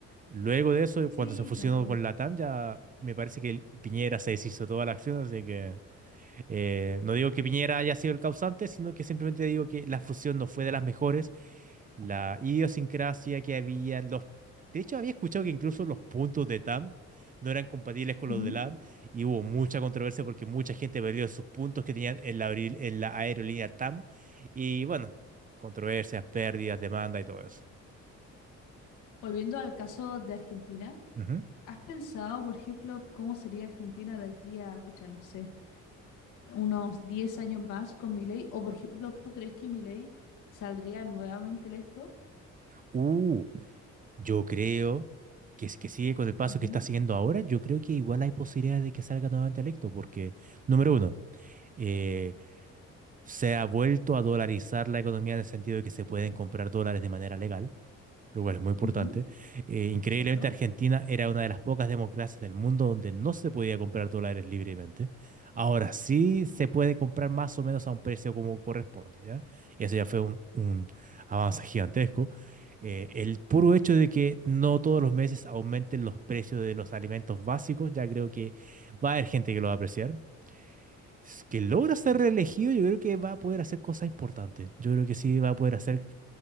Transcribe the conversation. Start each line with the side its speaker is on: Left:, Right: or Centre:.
Right: Luego de eso,
Left: Sí,
Right: cuando se fusionó
Left: sí me acuerdo.
Right: con Latam, ya me parece que el- Piñera se deshizo toda la acción, así que eh, no digo que Piñera haya sido el causante, sino que simplemente digo que la fusión no fue de las mejores, la idiosincrasia que había, los... De hecho, había escuchado que incluso los puntos de TAM no eran compatibles con
Left: Ujú.
Right: los de LAM y hubo mucha controversia porque mucha gente perdió sus puntos que tenían en la, aeril- en la aerolínea TAM y bueno, controversias, pérdidas, demanda y todo eso.
Left: Volviendo al caso de Argentina,
Right: Ujú.
Left: ¿has pensado, por ejemplo, cómo sería Argentina de aquí a, pucha, no sé? unos 10 años más con Milei? O, por ejemplo, ¿tú crees que Milei saldría nuevamente electo?
Right: Uh, Yo creo que si que sigue con el paso
Left: Ujú,
Right: que está siguiendo ahora, yo creo que igual hay posibilidades de que salga nuevamente electo, porque, número uno, eh, se ha vuelto a dolarizar la economía en el sentido de que se pueden comprar dólares de manera legal lugar es muy importante.
Left: ujú,
Right: Eh, increíblemente,
Left: exacto.
Right: Argentina era una de las pocas democracias del mundo donde no se podía comprar dólares libremente. Ahora sí se puede comprar más o menos a un precio como corresponde, ¿ya? Eso ya fue un, un avance gigantesco. Eh, el puro hecho de que no todos los meses aumenten los precios de los alimentos básicos, ya creo que va a haber gente que lo va a apreciar. Si es que logra ser reelegido, yo creo que va a poder hacer cosas importantes. Yo creo que sí va a poder hacer